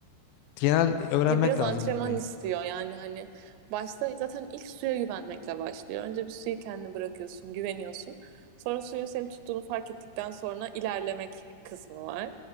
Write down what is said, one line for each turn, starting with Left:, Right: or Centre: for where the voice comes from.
Left: Genel öğrenmek
Right: Ya biraz
Left: lazım
Right: antrenman
Left: yüzmeyi.
Right: istiyor yani hani başta zaten ilk suya güvenmekle başlıyor. Önce bir suyu kendine bırakıyorsun, güveniyorsun. Sonra suyun seni tuttuğunu fark ettikten sonra ilerlemek kısmı var.